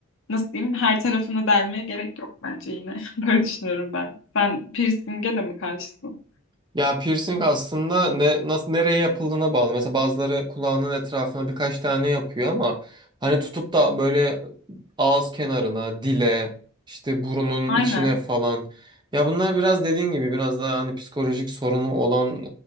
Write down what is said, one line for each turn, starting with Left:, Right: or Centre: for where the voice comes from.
Left: nasıl diyeyim her tarafını delmeye gerek yok bence yine. <laughs> Böyle düşünüyorum ben. Sen piercing'e de mi karşısın?
Right: Ya piercing aslında ne nasıl nereye yapıldığına bağlı. Mesela bazıları kulağının etrafına birkaç tane yapıyor ama hani tutup da böyle ağız kenarına, dile, işte burunun
Left: Aynen.
Right: içine falan. Ya bunlar biraz dediğin gibi biraz daha hani psikolojik sorunu olan